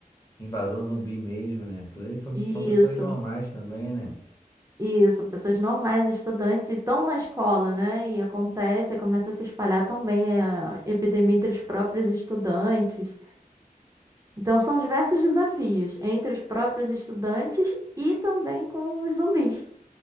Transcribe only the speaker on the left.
Invasão Zumbi mesmo, né? Aquilo ali foi-
são pessoas normais também, né?